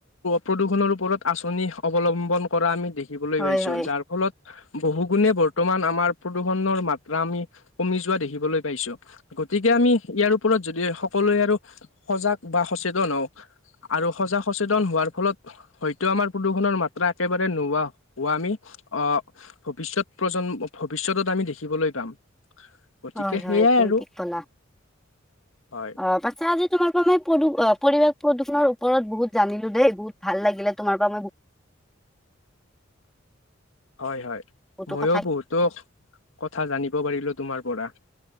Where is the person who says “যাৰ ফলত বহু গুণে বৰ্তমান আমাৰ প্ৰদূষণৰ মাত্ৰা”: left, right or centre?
Left